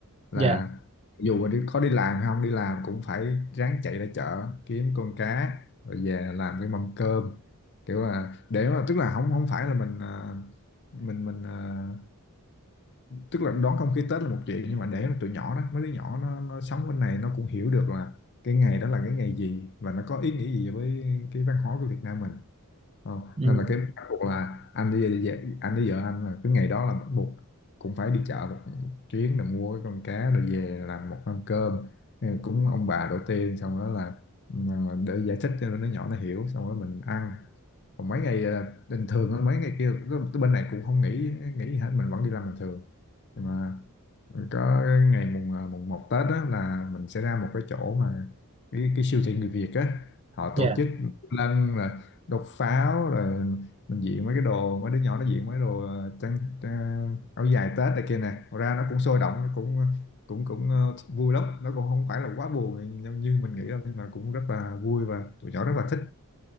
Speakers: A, on the left; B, on the right.
A: là
B: dạ
A: dù mà đi, có đi làm hay không đi làm cũng phải ráng chạy ra chợ kiếm con cá rồi về làm cái mâm cơm kiểu là để mà tức là không không phải là mình ờ, mình mình ờ, tức là đón không khí Tết là một chuyện nhưng mà để mà tụi nhỏ đó mấy đứa nhỏ nó, nó sống bên này nó cũng hiểu được là cái ngày đó là cái ngày gì và nó có ý nghĩa gì với cái văn hóa của Việt Nam mình ờ,
B: ừ
A: nên là cái bắt buộc là anh đi anh đi vợ anh là cái ngày đó là bắt buộc cũng phải đi chợ một chuyến để mua cái con cá rồi về làm một mâm cơm cúng ông bà đầu tiên xong đó là ừ, để giải thích cho nó nhỏ nó hiểu xong đó mình ăn còn mấy ngày ờ, bình thường hơn mấy ngày kia cái cái bên này cũng không nghỉ nghỉ gì hết mình vẫn đi làm bình thường nhưng mà có ngày mùng ờ, mùng một Tết đó là mình sẽ ra một cái chỗ mà cái, cái siêu thị người Việt á họ
B: dạ
A: tổ chức lân là đốt pháo rồi mình diện mấy cái đồ mấy đứa nhỏ nó diện mấy đồ ờ, trang, trang áo dài Tết này kia nè ra nó cũng sôi động nó cũng cũng cũng ờ, vui lắm nó cũng không phải là quá buồn nhưng như mình nghĩ đâu nhưng mà cũng rất là vui và tụi nhỏ rất là thích